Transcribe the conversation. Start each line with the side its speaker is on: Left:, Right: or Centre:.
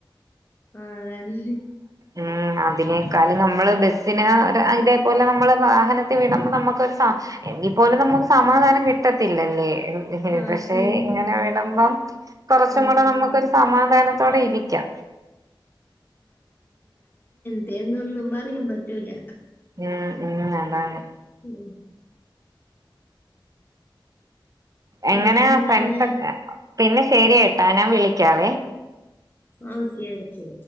Left: ആ അതാണ്
Right: ഉം അതിനേക്കാളും നമ്മള് ബസിന് അത ഇതേപോലെ നമ്മള് വാഹനത്തിൽ വിടുമ്പോ നമ്മക്കൊരു സ എങ്കിൽ പോലും നമ്മക്ക് സമാധാനം കിട്ടത്തില്ലലേ എൻ
Left: ആ
Right: എം പക്ഷെ
Left: ശരിയാണ്
Right: ഇങ്ങനെ വിടുമ്പോ കുറച്ചും
Left: ഉം
Right: കൂടി നമ്മക്കൊരു
Left: ഉം.
Right: സമാധാനം തോടെ ഇരിക്കാം
Left: തേൻ തിന്ന് ഇമ്മാരി ഇരുന്നിട്ടും ഇല്ല
Right: ഉം ഉം അതാണ്
Left: ഉം
Right: എങ്ങനെ
Left: പിന്നെന്താണ്
Right: ഫ്രൻ്റ്സ് ഒക്കെ പിന്നെ ശരി കേട്ടാ ഞാൻ വിളിക്കാവേ
Left: ആക്കെ ആക്കെ